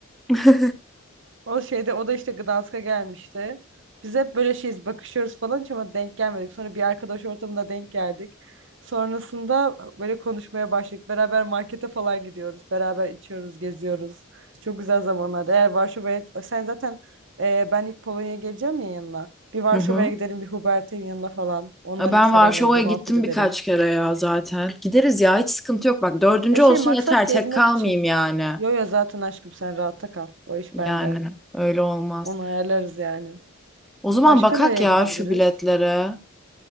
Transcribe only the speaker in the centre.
<laughs>
Hı hı.
E, Ben
Varşova'ya
gittim
birkaç kere ya zaten. Gideriz ya hiç sıkıntı yok. Bak dördüncü
olsun
yeter
tek kalmayayım
yani.
Yani
öyle olmaz.
O zaman
bakak
ya
şu biletlere.